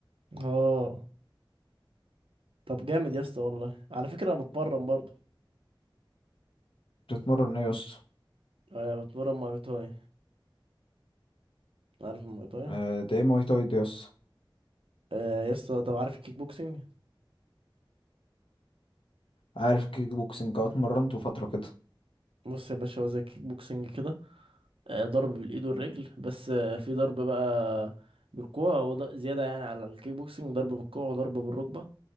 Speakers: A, on the right; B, on the left.
A: اه طب جامد يا اسطى والله على فكره انا بتمرن برضه
B: بتتمرن ايه يا اسطى
A: آه بتمرن ماي تاي عارف الماي تاي
B: آه، ده ايه مواي تاي ده يا اسطى
A: آه يا اسطى طب عارف الكيك بوكسينج
B: عارف كيك بوكسنج اه اتمرنته فترة كده
A: بص يا باشا هو زي الكيك بوكسينج كده آه، ضرب بالايد والرجل بس آه، في ضرب بقى بالكوع وض- زياده يعني على الكيك بوكسنج ضرب بالكوع وضرب بالركبه